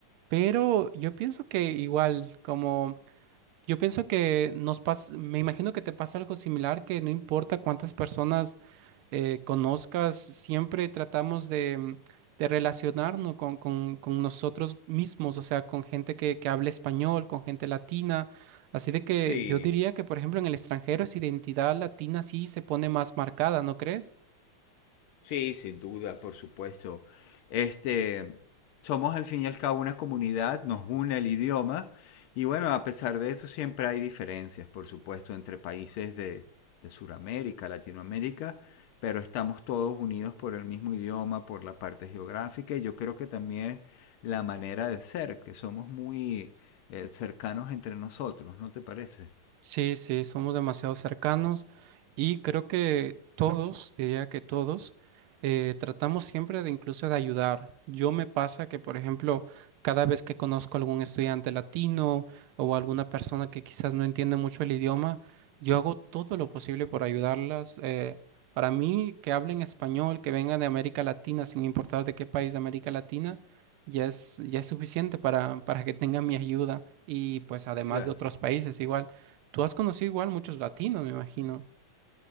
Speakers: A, on the right; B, on the left.
A: pero yo pienso que igual, como yo pienso que nos pasa, me imagino que te pasa algo similar, que no importa cuántas personas eh, conozcas, siempre tratamos de, de relacionarnos con, con- con nosotros mismos, o sea, con gente que, que hable español, con gente latina. Así de que
B: Sí,
A: yo diría que, por ejemplo, en el extranjero esa identidad latina sí se pone más marcada, ¿no crees?
B: Sí, sin duda, por supuesto. Este, somos al fin y al cabo una comunidad, nos une el idioma y bueno, a pesar de eso siempre hay diferencias, por supuesto, entre países de, de Sudamérica, Latinoamérica, pero estamos todos unidos por el mismo idioma, por la parte geográfica y yo creo que también la manera de ser, que somos muy eh, cercanos entre nosotros, ¿no te parece?
A: Sí, sí, somos demasiado cercanos y creo que todos, diría que todos, eh, tratamos siempre de incluso de ayudar. Yo me pasa que, por ejemplo, cada vez que conozco algún estudiante latino o alguna persona que quizás no entiende mucho el idioma, yo hago todo lo posible por ayudarlas. eh, para mí, que hablen español, que vengan de América Latina, sin importar de qué país de América Latina, ya es, ya es suficiente para, para que tengan mi ayuda y pues además
B: Claro.
A: de otros países igual. Tú has conocido igual muchos latinos, me imagino.